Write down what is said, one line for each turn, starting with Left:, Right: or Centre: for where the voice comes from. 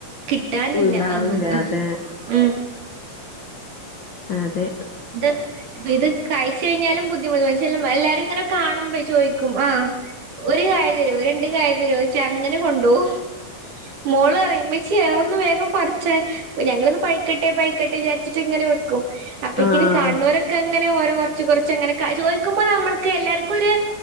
Right: കിട്ടാനില്ല
Left: ഉണ്ടാവില്ല
Right: അത് മന്ന്
Left: അതെ
Right: ഉം
Left: അതെ
Right: ഇത് ഇത് കയിച്ച് കഴിഞ്ഞാലും ബുദ്ധിമുട് <unintelligible> എല്ലാരും ഇങ്ങനെ കാണുമ്പെ ചോയിക്കും ആഹ് ഒരു കായ തരുവോ രണ്ട് കായ തരുവോച്ചാ അങ്ങനെ കൊണ്ടുപോവും മോള് അറിയും ഉ മ്മച്ചി അത് ഒന്ന് വേഗം പറിച്ചേ ഞങ്ങളത് പഴ്ക്കട്ടെ പഴ്ക്കട്ടെ വിചാരിച്ചിട്ട് ഇങ്ങനെ വെക്കും അപ്പേക്കിന്
Left: ആഹ്
Right: കാണുന്നോരൊക്കെ അങ്ങനെ ഓരോ കൊറച്ച് കൊറച്ച് അങ്ങനെ ക ചോയിക്കുമ്പോ നമ്മൾക്ക് എല്ലാർക്കും ഒര്